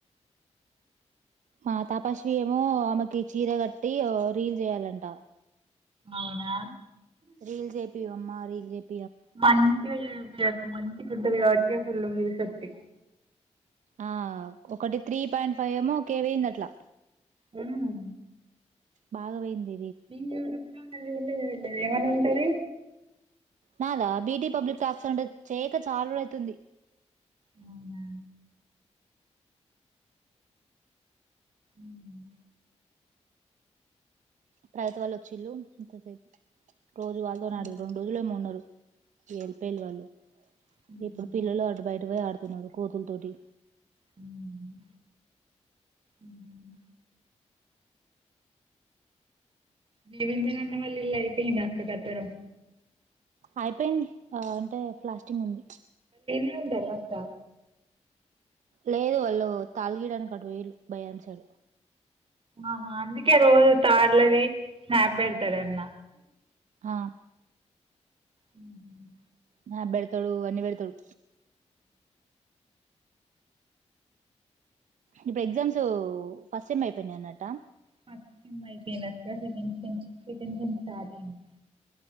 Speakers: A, on the right (about 85°); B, on the right (about 45°).
A: మా తపస్వి ఏమో ఆమెకి చీర కట్టి ఓ రీల్ చేయాలంట
B: అవునా.
A: రీల్ జేపివమ్మా. రీల్ చేప్.
B: మంచిదే చెప్పిం. మంచిగుంటది కాబట్టి ఫుల్ మీ సక్తి.
A: ఆహ్ ఒకటి త్రీ పాయింట్ ఫైవ్ ఏమో కే పోయింది అట్లా.
B: అవునా.
A: బాగావోయింది.
B: నిల్ <unintelligible> ఏమన్నా ఉంటనే.
A: నాదా బీటి పబ్లిక్ టాక్స్ అంటే చేయక చాలా రోజులైతుంది.
B: అవునా. ఉమ్.
A: ప్రగతి వాళ్ళు వచ్చిండ్లు ఇంతసేపు. రోజు వాళ్ళతోనే
B: ఉమ్
A: ఆడిండ్రు రెండు రోజులేమో ఉన్నారు. ఇగ ఏళ్ళి పోయిండ్రు వాళ్ళు
B: ఉమ్
A: ఇప్పుడు పిల్లలు అటు బయట పోయి ఆడుత్. పోయినారు కోతులు తోటి.
B: ఉమ్ ఉమ్మ్. దేవేంద్ర అన్న వాళ్ళ ఇల్లు అయిపోయిందా అక్క కట్టడం.
A: అయిపోయింది ఆహ్ అంటే. ప్లాస్టింగ్ ఉంది.
B: తెలియదాక్క.
A: లేదు వాళ్ళు తాళు గీయడానికి అటు పోయిండ్రు. భయాంశాడు.
B: ఆహా అందుకే రోజు తాడ్లది స్నాప్ పెడతాడు అన్న.
A: ఆహ్.
B: ఉమ్మ్.
A: స్నాప్ పెడతాడు అన్ని పెడతాడు. ఇప్పుడు ఎక్జామ్స్. ఫస్ట్ సేమ్ అయిపోయినాయి అన్నట్ట.
B: ఫస్ట్ సేమ్ అయిపోనయి ఇక second sem second sem start అయింది.